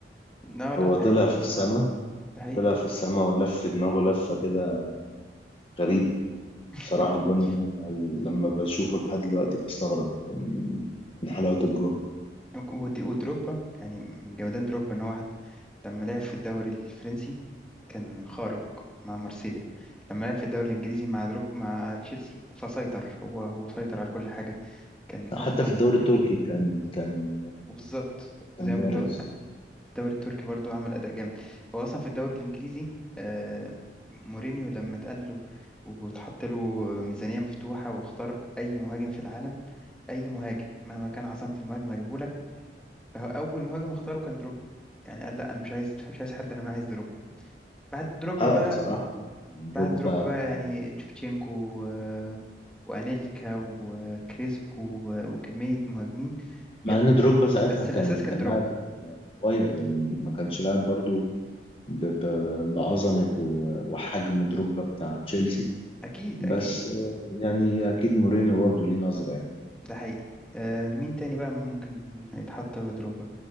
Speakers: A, in the centre; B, on the left.
A: لا لا
B: هو طلع
A: يعني
B: في السماء
A: ده حقيقي
B: طلع في السماء ولف دماغه لفة كده غريبة
A: <laughs>
B: بصراحة الجون ده أنا لما بشوفه لحد دلوقتي بستغرب من من حلاوة الجون
A: ود- ودروجبا يعني من جمدان دروجبا ان هو واحد لما لعب في الدوري الفرنسي كان خارق مع مارسيليا لما لعب في الدوري الانجليزي مع دروب مع تشيلسي فسيطر هو هو سيطر على كل حاجه كان اصلا
B: حتى في الدوري التركي كان كان
A: وبالظبط
B: كان
A: زي ما
B: بارز
A: كنت بقولك في الدوري التركي برضو عمل اداء جامد هو اصلا في الدوري الانجليزي آه، مورينيو لما اتقال له وتحط له ميزانيه مفتوحه واختار اي مهاجم في العالم اي مهاجم مهما كان عظمه المهاجم هجيبه لك فهو اول مهاجم اختاره كان دروب يعني قال لا انا مش عايز مش عايز حد انا ما عايز دروب بعد دروجبا
B: حقه
A: بقى
B: بصراحة دروجبا
A: بعد دروجبا بقى يعني تشفتشينكو و- وانيلكا وكريسبو و- وكمية مهاجمين
B: مع
A: جامدين
B: ان دروجبا ساعتها
A: بس
B: كان
A: الأساس كان
B: كان
A: دروجبا
B: لاعب صغير يعني ما كانش لاعب برضو ب- ب- بعظمة و- وحجم دروجبا بتاع تشيلسي
A: أكيد
B: بس
A: أكيد
B: آه، يعني أكيد مورينيو برضه ليه نظرة يعني
A: ده حقيقي آه، مين تاني بقى ممكن هيتحط غير دروجبا